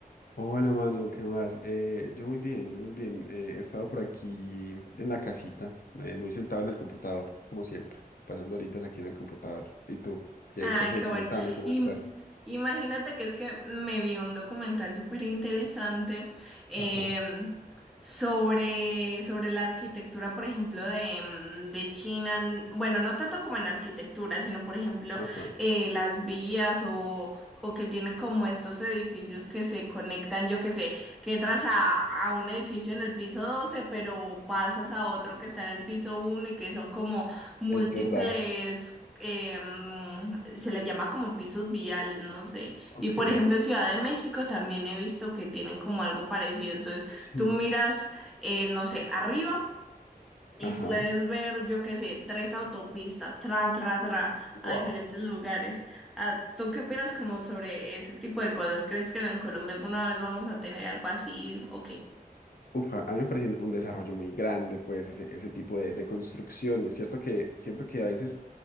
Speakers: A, on the left; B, in the centre.
A: Hola, mano, ¿qué más? Eh, yo muy bien, yo muy bien. Eh, he estado por aquí en la casita, eh, muy sentado en el computador, como siempre, pasando horitas aquí en el computador. ¿Y tú? ¿Qué,
B: Ay,
A: qué has hecho?
B: qué bueno.
A: Cuéntame, ¿cómo
B: Y
A: estás?
B: m- imagínate que es que me vi un documental súper interesante em,
A: Ajá,
B: sobre, sobre la arquitectura, por ejemplo, de, em, de China. N- Bueno, no tanto como en arquitectura, sino, por ejemplo,
A: ajá.
B: eh, las vías o, o que tienen como estos edificios que se conectan, yo que sé, que entras a, a un edificio en el piso 12, pero pasas a otro que está en el piso uno y que son como múltiples
A: Es verdad.
B: eh, mm, se les llama como pisos viales, no sé.
A: Ok,
B: Y por ejemplo, en Ciudad de México también he visto que tienen como algo parecido. Entonces,
A: sí,
B: tú miras, eh, no sé, arriba y
A: ajá.
B: puedes ver, yo qué sé, tres autopistas, tra, tra, tra,
A: wow.
B: a diferentes lugares. Ah, ¿tú qué opinas como sobre ese tipo de cosas? ¿Crees que en Colombia alguna vez vamos a tener algo así o qué?
A: Uf, a a mí me parece un desarrollo muy grande, pues, ese, ese tipo de, de construcciones. Es cierto que siento que a veces